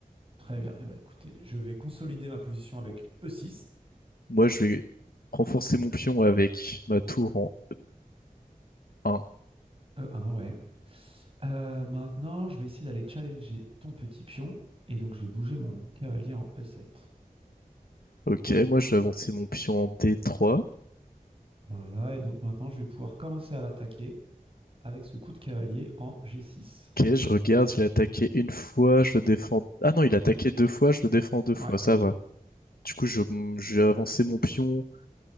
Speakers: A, on the right; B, on the left.
A: Très bien. Eh ben, écoutez, je vais consolider ma position avec E6.
B: Moi je vais renforcer mon pion avec ma tour en E1.
A: E1, ouais. Euh, maintenant, je vais essayer d'aller challenger ton petit pion. Et donc, je vais bouger mon cavalier en E7.
B: Ok, moi je vais avancer mon pion en D3.
A: Voilà. Et donc, maintenant, je vais pouvoir commencer à l'attaquer avec ce coup de cavalier en G6.
B: Ok, je regarde, il a attaqué une fois, je le défends. Ah non, il a attaqué deux fois, je le défends deux fois,
A: Ouais.
B: ça va. Du coup, je, j'ai avancé mon pion